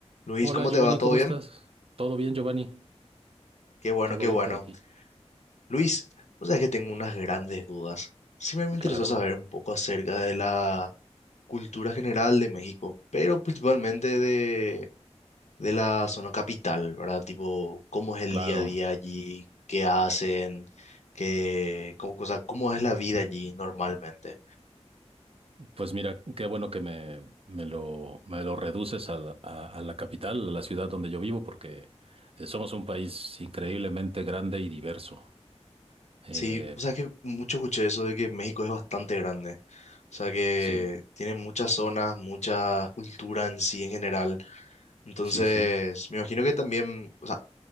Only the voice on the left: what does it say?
Luis,
¿cómo
te va? ¿Todo
bien?
Qué bueno,
qué
bueno.
Luis, vos sabés que tengo unas grandes dudas. Siempre me interesó
saber un poco acerca de la cultura general de México, pero principalmente de, de la zona capital, ¿verdad? Tipo, ¿cómo es el
día a día allí? ¿Qué hacen? ¿Qué, cómo, o sea, cómo es la vida allí normalmente?
Sí, o sea, que mucho escuché eso de que México es bastante grande. O sea que
tiene muchas zonas, mucha cultura en sí en general. Entonces,
me imagino que también, o sea,